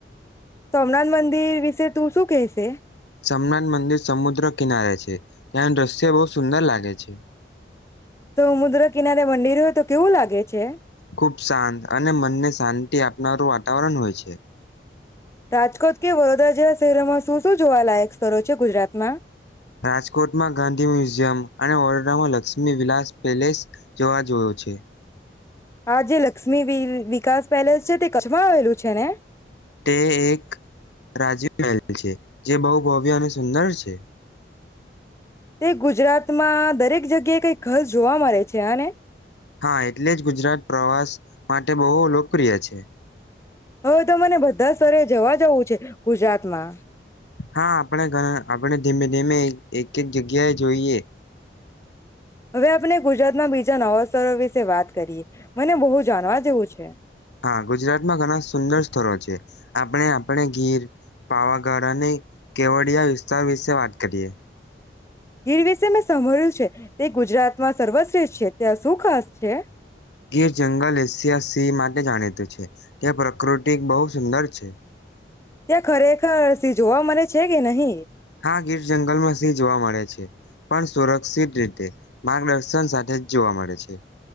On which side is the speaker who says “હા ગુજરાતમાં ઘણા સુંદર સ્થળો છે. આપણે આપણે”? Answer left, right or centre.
Left